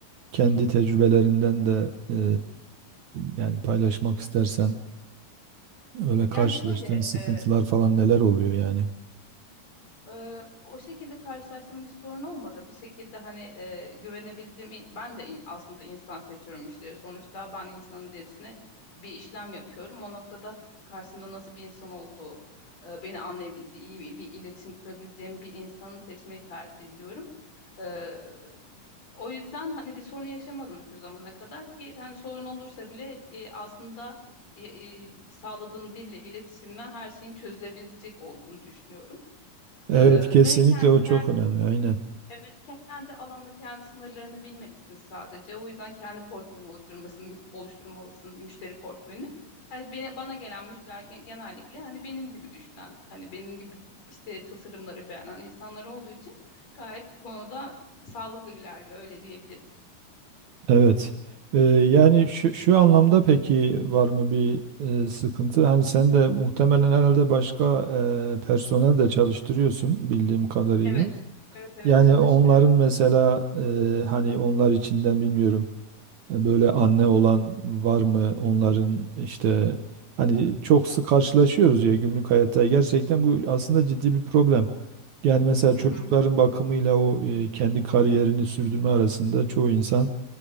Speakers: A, on the right; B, on the left.
A: kendi tecrübelerinden de eee, yani paylaşmak istersen öyle karşılaştığın
B: Yani şöyle
A: sıkıntılar
B: e,
A: falan neler oluyor yani?
B: Ee, o şekilde karşılaştığım bir sorun olmadı. Bir şekilde hani e, güvenebildiğim, ben de in- aslında insan seçiyorum müşteri. Sonuçta ben insanın derisine bir işlem yapıyorum. O noktada karşımda nasıl bir insan olduğu, e, beni anlayabildiği, iyi bir, bir iletişim kurabileceğim bir insanı seçmeyi tercih ediyorum. Ee, o yüzden hani bir sorun yaşamadım şu zamana kadar ki hani sorun olursa bile e, aslında e, e, sağladığın dille, iletişimle her şeyin çözülebilecek olduğunu düşünüyorum.
A: Evet
B: Ee,
A: kesinlikle
B: ve
A: o çok
B: kendi,
A: önemli aynen.
B: evet, kendi alanını, kendi sınırlarını bilmelisin sadece. O yüzden kendi portföyünü oluşturmasın, oluşturmalısın müşteri portföyünü. Hani beni, bana gelen müşteriler gen- genellikle hani benim gibi düşünen, hani benim gibi işte tasarımları beğenen insanlar olduğu için gayet bu konuda sağlıklı ilerliyor öyle diyebilirim.
A: Evet. Eee, yani şu, şu anlamda peki var mı bir e, sıkıntı? Hani sen de muhtemelen herhalde başka e, personel de çalıştırıyorsun bildiğim kadarıyla.
B: Evet, evet, evet
A: Yani
B: çalıştırıyor.
A: onların mesela e, hani onlar içinden bilmiyorum e, böyle anne olan var mı onların işte hani çok sık karşılaşıyoruz ya günlük hayatta gerçekten bu aslında ciddi bir problem. Yani mesela çocukların
B: Hı hı.
A: bakımıyla o e, kendi kariyerini sürdürme arasında çoğu insan